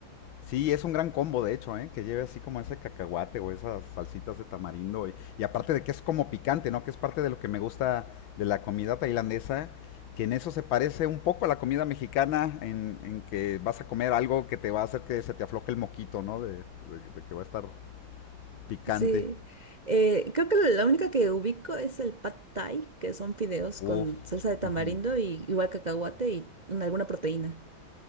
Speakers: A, on the left (about 80°); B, on the right (about 45°).
A: sí, es un gran combo, de hecho, ¿eh? que lleve así como ese cacahuate o esas salsitas de tamarindo. Y, y aparte de que es como picante, ¿no? Que es parte de lo que me gusta de la comida tailandesa, que en eso se parece un poco a la comida mexicana, en, en que vas a comer algo que te va a hacer que se te afloje el moquito, ¿no? De, de- de que va a estar picante.
B: Sí, Eh, creo que la única que ubico es el pad thai, que son fideos
A: Uf,
B: con salsa de tamarindo
A: ujú.
B: y igual cacahuate y una- alguna proteína.